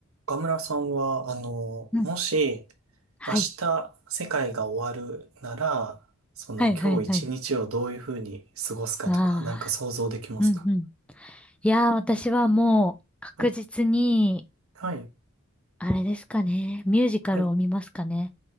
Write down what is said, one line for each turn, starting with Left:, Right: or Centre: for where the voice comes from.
Right: 岡村さんは、あの、
Centre: うん。
Right: もし、
Centre: はい。
Right: 明日世界が終わるなら、その今日一日をどういうふうに過ごすかとか、
Centre: はいはいはい。ああ、
Right: なんか想像できますか
Centre: うんうん。いやー、私はもう確実に、
Right: はい、はい、
Centre: あれですかね。ミュージカルを見ますかね。
Right: はい。